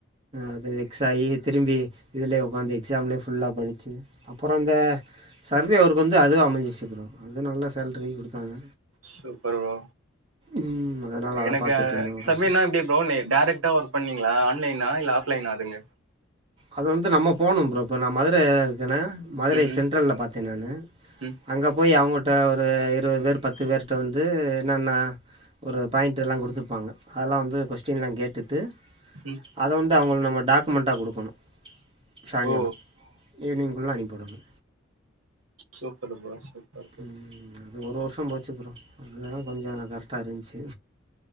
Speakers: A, on the right; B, on the right.
A: அது வெக்ஸ் ஆயி திரும்பி இதுலயே ஒக்காந்து எக்ஸாம்லேயே ஃபுல்லா படிச்சு அப்புறோ இந்த சர்வே ஒர்க்கு வந்து அதுவா அமஞ்சுச்சு ப்ரோ அது நல்ல சேலரி குடுத்தாங்க
B: சூப்பர் ப்ரோ
A: ம் அதனால் அதை
B: எனக்கு
A: பார்த்துட்ருந்தேன் ஒரு
B: சர்வேனா
A: வருஷம்
B: எப்பிடி ப்ரோ டேரக்ட்டா ஒர்க் பண்ணீங்ளா ஆன்லைனா ஆஃப்லைனா அதுங்க
A: அது வந்து நம்ம போணு ப்ரோ இப்ப நம்ம மதுர இருக்கேன மதுரை
B: ம் ம்
A: சென்ட்ரல் பாத்தே நானு
B: ம்
A: அங்கே போய் அவங்கிட்ட ஒரு ஒரு இருபது பேர் பத்து பேர்கிட்ட வந்து என்னென்ன ஒரு பாயிண்ட்டெல்லா குடுத்துருப்பாங்க அதெல்லா வந்து கொஸ்டின்லா கேட்டுட்டு
B: ம்
A: அத வன்டு அவங்களுக்கு நம்ம டாக்குமெண்ட்டா குடுக்கணு சாயங்காலோ
B: ஓ
A: ஈவினிங்க்குள்ளே அனுப்பிவிடணு
B: சூப்பர் ப்ரோ சூப்பர் ப்ரோ
A: உம் அது ஒரு வருஷோ போச்சு ப்ரோ அதனாலா கொஞ்சோ கரெக்டா இருந்துச்சு